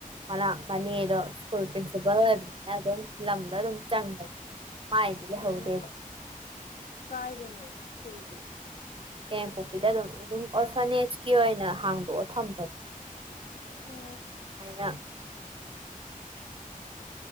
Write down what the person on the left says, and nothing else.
ꯑꯣ ꯀꯥꯏꯗꯅꯣ ꯁꯀꯨꯜꯗꯤ
ꯑꯣ